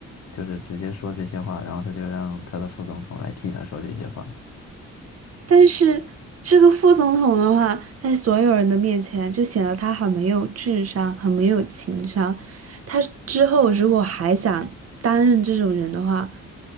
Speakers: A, on the left (about 55°); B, on the right (about 50°).
A: 就是直接说这些话，然后他就让他的副总统来替他说这些话。
B: 但是这个副总统的话，在所有人的面前就显得他很没有智商，很没有情商。他之后如果还想担任这种人的话，